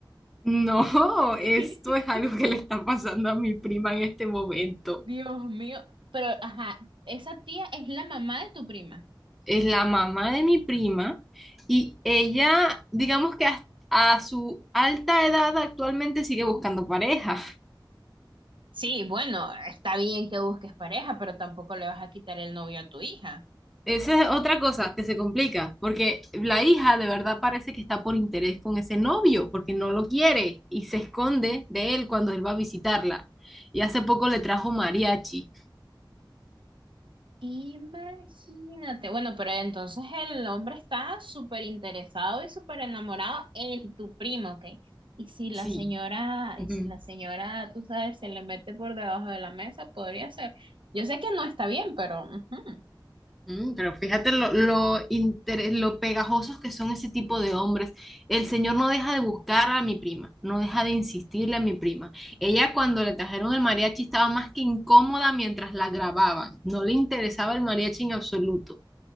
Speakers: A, in the centre; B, on the right (about 80°).
A: No, esto
B: <laughs>
A: es algo que le está pasando a mi prima en este momento.
B: Dios mío. Pero, ajá, esa tía es la mamá de tu prima.
A: es la mamá de mi prima y ella, digamos que hasta a su alta edad actualmente sigue buscando pareja.
B: Sí, bueno, está bien que busques pareja, pero tampoco le vas a quitar el novio a tu hija.
A: Esa es otra cosa que se complica, porque la hija de verdad parece que está por interés con ese novio, porque no lo quiere y se esconde de él cuando él va a visitarla. Y hace poco le trajo mariachi.
B: Imagínate, bueno, pero entonces el hombre está súper interesado y súper enamorado en tu primo, ¿ok? Y si la
A: Sí.
B: señora,
A: Ujú.
B: y si la señora, tú sabes, se le mete por debajo de la mesa, podría ser. Yo sé que no está bien, pero ujú.
A: Mm, Pero fíjate lo, lo, interes- lo pegajosos que son ese tipo de hombres. El señor no deja de buscar a mi prima, no deja de insistirle a mi prima. Ella cuando le trajeron el mariachi estaba más que incómoda mientras la grababan. No le interesaba el mariachi en absoluto.